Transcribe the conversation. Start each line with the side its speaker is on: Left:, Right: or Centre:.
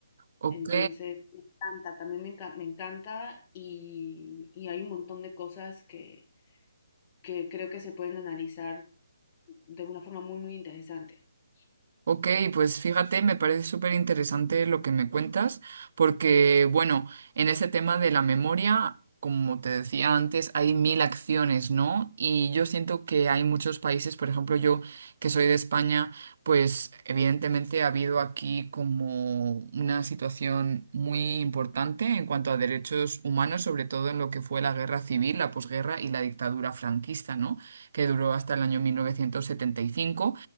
Right: Ok.
Left: Entonces, me encanta, también me encanta, me encanta y, y hay un montón de cosas que, que creo que se pueden analizar de una forma muy, muy interesante. <clears throat>
Right: Ok, pues fíjate, me parece súper interesante lo que me cuentas, porque bueno, en ese tema de la memoria, como te decía antes, hay mil acciones, ¿no? Y yo siento que hay muchos países, por ejemplo, yo que soy de España, pues evidentemente ha habido aquí como una situación muy importante en cuanto a derechos humanos, sobre todo en lo que fue la guerra civil, la posguerra y la dictadura franquista, ¿no? Que duró hasta el año 1975.